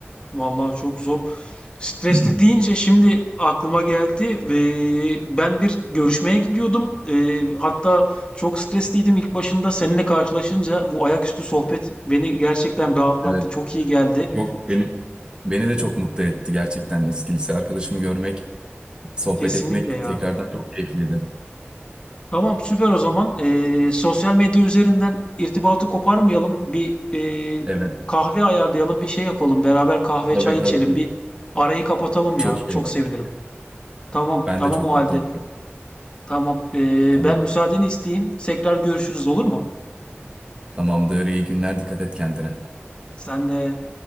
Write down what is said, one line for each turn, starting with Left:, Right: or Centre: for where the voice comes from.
Left: vallahi çok zor. Stresli
Right: <clears throat>
Left: deyince şimdi aklıma geldi ve ben bir görüşmeye gidiyordum. Ee, hatta çok stresliydim ilk başında seninle karşılaşınca bu ayaküstü sohbet beni gerçekten rahatlattı.
Right: Evet
Left: Çok iyi geldi.
Right: çok beni beni de çok mutlu etti gerçekten eski lise arkadaşımı görmek, sohbet
Left: Kesinlikle
Right: etmek
Left: ya.
Right: tekrardan çok keyifliydi.
Left: Tamam süper o zaman. Ee, sosyal medya üzerinden irtibatı koparmayalım. Bir e,
Right: Evet.
Left: kahve ayarlayalım, bir şey yapalım. Beraber kahve
Right: Tabii
Left: çay
Right: tabii.
Left: içelim,
Right: tabii.
Left: bir arayı kapatalım
Right: Çok
Left: ya.
Right: iyi
Left: Çok
Right: olur.
Left: sevinirim. Tamam,
Right: Ben
Left: tamam
Right: de çok
Left: o halde.
Right: mutlu olurum.
Left: Tamam. Ee,
Right: Tamam.
Left: ben müsaadeni isteyeyim. Tekrar görüşürüz olur mu?
Right: Tamamdır, iyi günler, dikkat et kendine.
Left: Sen de.